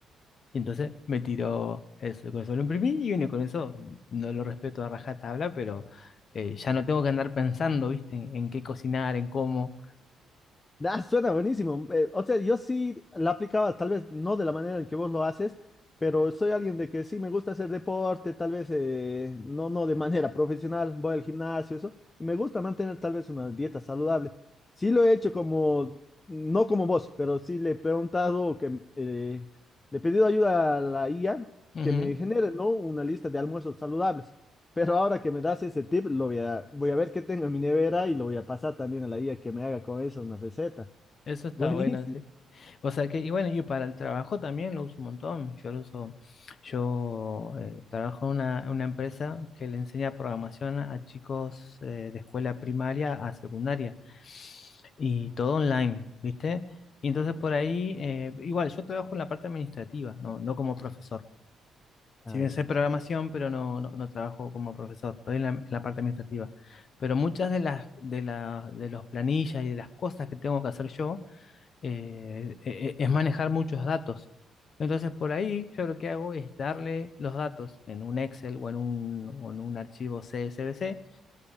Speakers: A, on the left; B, on the left.
A: Y entonces me tiró eso, y con eso lo imprimí y bueno, y con eso no lo respeto a rajatabla, pero eh, ya no tengo que andar pensando, ¿viste? En, en qué cocinar, en cómo.
B: Ah, suena buenísimo. Eh, o sea, yo sí la aplicaba, tal vez no de la manera en que vos lo haces, pero soy alguien de que sí me gusta hacer deporte, tal vez eh, no, no de <laughs> manera profesional, voy al gimnasio, eso, y me gusta mantener tal vez una dieta saludable. Sí lo he hecho como, no como vos, pero sí le he preguntado, que eh, le he pedido ayuda a la IA
A: Ujú,
B: que me genere, ¿no? Una lista de almuerzos saludables. Pero ahora que me das ese tip, lo voy a, voy a ver qué tengo en mi nevera y lo voy a pasar también a la IA que me haga con eso una receta.
A: Eso
B: <laughs>
A: está
B: Buenísimo.
A: bueno, sí. O sea que, y bueno, y para el trabajo también lo uso un montón. Yo lo uso, yo eh, trabajo en una, en una empresa que le enseña programación a, a chicos eh, de escuela primaria a secundaria. y todo online, ¿viste? Y entonces por ahí, eh, igual, yo trabajo en la parte administrativa, no, no como profesor.
B: Ay,
A: Si
B: ay,
A: bien sé programación,
B: ay.
A: pero no, no, no trabajo como profesor, estoy en la, en la parte administrativa. Pero muchas de las de la- de los planillas y de las cosas que tengo que hacer yo eh, e- e- es manejar muchos datos. Entonces por ahí yo lo que hago es darle los datos en un Excel o en un, o en un archivo CSVC,